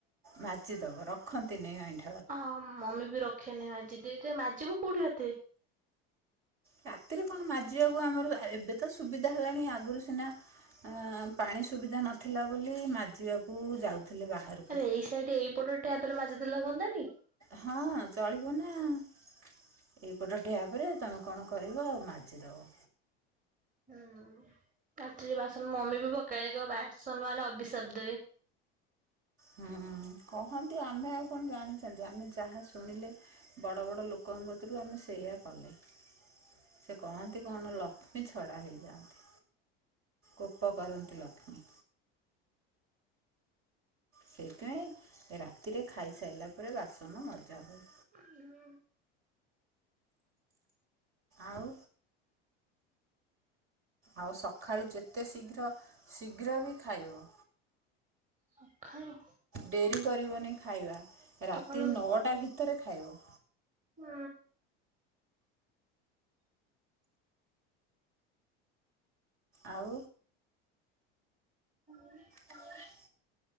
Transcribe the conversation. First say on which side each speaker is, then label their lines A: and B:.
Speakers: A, on the right; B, on the right.
A: ମାଜିଦବ ରଖନ୍ତି ନେଇଁ ଅଇଠ
B: ହଁ ମମି ବି ରଖେନି ମାଜି ଦିଏ। ଯେ ମାଜିବୁ କୋଉଠି ରାତିରେ?
A: ରାତିରେ କଣ ମାଜିବାକୁ ଆମର ଏବେ ତ ସୁବିଧା ହେଲାଣି। ଆଗରୁ ସିନା ଆ ପାଣି ସୁବିଧା ନଥିଲା ବୋଲି ମାଜିବାକୁ ଯାଉଥିଲେ ବାହାରେ।
B: ଆରେ ଏଇ ସାଇଡ ଏଇ ପଟ ଟ୍ୟାପରେ ମାଜିଦେଲେ ହୁଅନ୍ତାନି?
A: ହଁ ଚଳିବ ନା ଏଇପଟ ଟ୍ୟାପରେ ତମେ କଣ କରିବ ଆଉ ମାଜିଦେବ।
B: ହୁଁ କାଚରେ ବାସନ ମମି ବି ପକାଏଗ ବାସନ ମାନେ ଅଭିିଶପ ଦେବେ।
A: ହୁଁ କହନ୍ତି ଆମେ ଆଉ କଣ ଜାଣିଚନ୍ତି ଆମେ ଯାହା ଶୁଣିଲେ। ବଡ଼ ବଡ଼ ଲୋକଙ୍କ କତୁରୁ ଆମେ ସେଇୟଆ କଲେ। ସେ କହନ୍ତି କଣ ଲକ୍ଷ୍ମୀ ଛଡା ହେଇଯାଆନ୍ତି। କୋପ କରନ୍ତି ଲକ୍ଷ୍ମୀ। ସେଇଥିପାଇଁ ରାତିରେ ଖାଇସାଇଲା ପରେ ବାସନ ମଜା ହୁଏ।
B: ହୁଁ।
A: ଆଉ ଆଉ ସଖାଳୁ ଯେତେ ଶୀଘ୍ର ଶୀଘ୍ର ବି ଖାଇବ।
B: ସଖାଳୁ?
A: ଡେରି କରିବନି ଖାଇବା
B: ସକାଳୁ
A: ରାତି ନଅଟା ଭିତରେ ଖାଇବ।
B: ହୁଁ।
A: ଆଉ।
B: ହୁଁ।
A: ଚଙ୍ଗ ଆଏ।